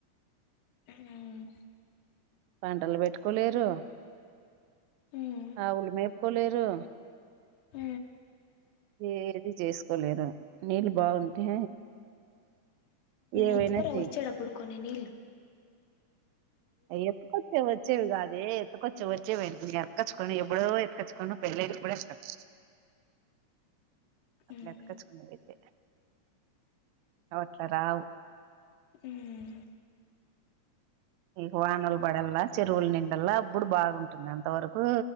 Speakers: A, on the left (about 80°); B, on the right (about 85°).
A: ఉమ్
B: పంటలు పెట్టుకోలేరు
A: మ్మ్
B: ఆవులు మేపుకోలేరు
A: ఆ
B: ఏది జేసుకోలేదు నీళ్ళు బాగుంటే ఏవైనా
A: ఎత్తుకొరా
B: చెయ్
A: వచ్చేటప్పుడు కొన్ని నీళ్లు
B: ఎత్తుకొచ్చే వచ్చేవి గాదె ఎత్తుకొచ్చే వచ్చేవి అయితే ఎత్తకచ్చుకొని ఎబ్బుడో కచ్చుకొని పెళ్ల కూడా ఇస్తారు అట్ల
A: మ్మ్
B: ఎత్తకచ్చుకునేవయితే అ రావు
A: హుమ్మ్
B: ఇక వానలు పడల్లా చెరువులు నిండల్ల అబ్బుడు బాగుంటుంది అంతవరకు